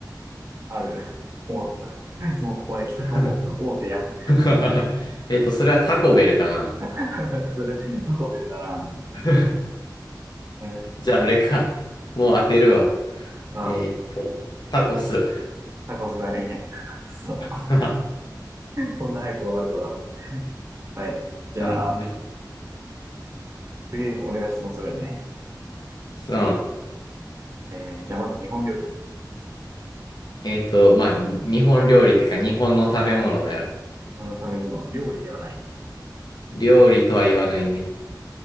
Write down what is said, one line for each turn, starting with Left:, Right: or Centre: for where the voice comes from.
Right: ある。<laughs> 終わった。もうここまで来たらもう大手や。
Left: <laughs> <laughs> えっと、それはタコベルかな。
Right: <laughs> それ、タコベルだな。
Left: <laughs>
Right: うん。
Left: じゃあ、あれか。もう当てるわ。
Right: あ、
Left: えっと、タコス。
Right: タコスだね。<laughs> くそ。
Left: <laughs> な
Right: こんな早く終わるとは。はい。じゃあ、
Left: るほどね。
Right: 次、俺が質問するよね。
Left: そう。
Right: えー、じゃあまず日本料理。
Left: えっと、まあ、に日本料理ってか、日本の食べ物だよ。
Right: 日本の食べ物。料理ではない。
Left: 料理とは言わないね。